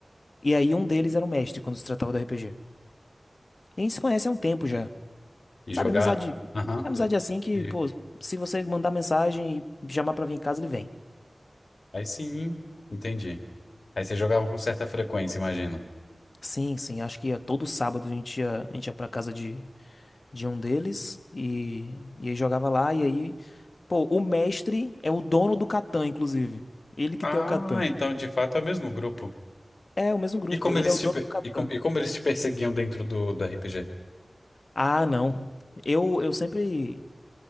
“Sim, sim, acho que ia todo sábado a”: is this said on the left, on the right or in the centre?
Left